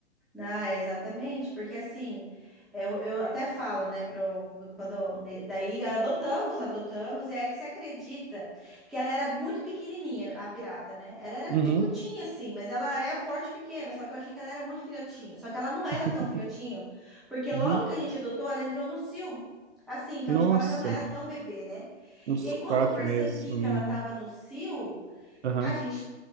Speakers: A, in the centre; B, on the right (about 70°).
A: Ah, exatamente, porque assim, eu, eu até falo, né, pro, quando, né, daí adotamos, adotamos, e aí que você acredita que ela era muito pequenininha, a pirata, né? Ela era
B: Uhum.
A: ticutinha, assim, mas ela é porte pequeno, só que eu achei que ela era muito filhotinho, só que ela não era
B: <laughs>
A: tão filhotinho, porque
B: Uhum.
A: logo que a gente adotou, ela entrou no cio, assim, então,
B: Nossa,
A: tipo, ela já não era tão bebê, né?
B: uns
A: E aí,
B: quatro
A: quando eu percebi
B: meses no
A: que
B: mínimo.
A: ela tava no cio,
B: Aham.
A: a gente